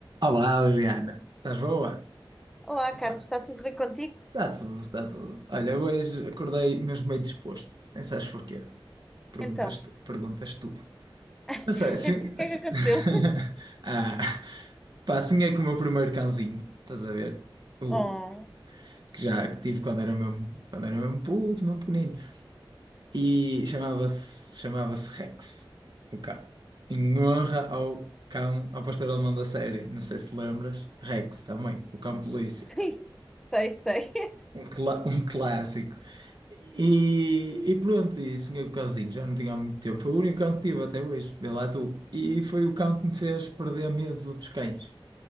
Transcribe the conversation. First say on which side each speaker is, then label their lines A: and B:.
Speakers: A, on the right; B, in the centre.
A: Olá, Liliana. Estás boa?
B: Olá,
A: Epá,
B: Carlos, está tudo bem contigo?
A: está tudo, está tudo. Olha, hoje acordei mesmo meio disposto. Nem sabes porquê. Perguntas
B: Então,
A: tu. Perguntas tu.
B: <laughs>
A: Não sei, sonhei...
B: então, o que
A: se-
B: é que aconteceu?
A: <laughs> ah, pá, sonhei com o meu primeiro cãozinho. Estás a ver? O
B: Oh,
A: que já que tive quando era mesmo, quando era mesmo puto, mesmo pequenino. E chamava-se chamava-se Rex, o cão. Em honra ao cão, ao pastor alemão da série. Não sei se lembras. Rex também, o cão polícia.
B: <laughs> sei, sei.
A: Um, clá- um clássico. E, e pronto, e sonhei com o cãozinho, já não tinha há muito tempo. Foi o único cão que tive até hoje, vê lá tu. E foi o cão que me fez perder medo dos cães.